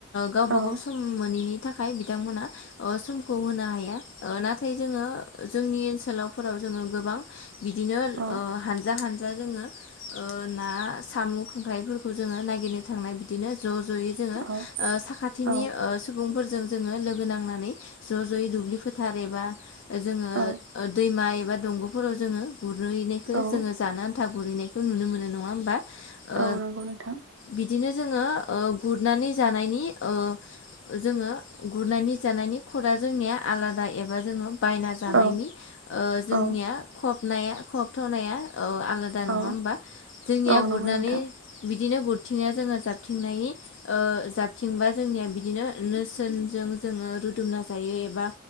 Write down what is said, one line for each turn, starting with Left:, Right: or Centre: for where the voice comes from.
Left: गावबागाव
Right: औ
Left: सम मोनैनि थाखाय बिथांमोना औ समखौ होनो हाया। ओ नाथाय जोंङो जोंनि ओनसोलावफोराव जोंङो गोबां बिदिनो ओ
Right: औ
Left: हानजा हान जा जोंङो ना, सामु, खांख्राइफोरखौ जोंङो नागिरनो थांनाय बिदिनो ज' ज'यै जोंङो
Right: औ
Left: ओ साखाथिनि
Right: औ
Left: सुबुंफोरजों जोंङो लोगो नांनानै ज' ज'यै दु ब्लि फोथार एबा जोंङो
Right: औ
Left: ओ दैमा एबा दंग'फोराव जोंङो गुरनोहैनायखो
Right: औ
Left: जोंङो जानो आन गुरैनायखौ नुनो मोनो नङा होमबा ओ
Right: औ नंगौ नोंथां
Left: बिदिनो जोङो गुरनानै जानायनि ओ ओ जोङो गुरनानै जानायनि खरा जोंनिया आलादा एबा जोङो बायना जानायनि
Right: औ
Left: ओ जोंनिया
Right: औ
Left: खबनाया खबथ'नाया ओ आलादा
Right: औ
Left: नङा होमबा जोंनिया
Right: औ नंगौ
Left: गुरनानै
Right: नोंथां
Left: बिदिनो गुर जोङो जाबथिंनायनि ओ जाबथिंबा जोंनिया बिदिनो नोरसोनजों जोङो रुदुमना जायो एबा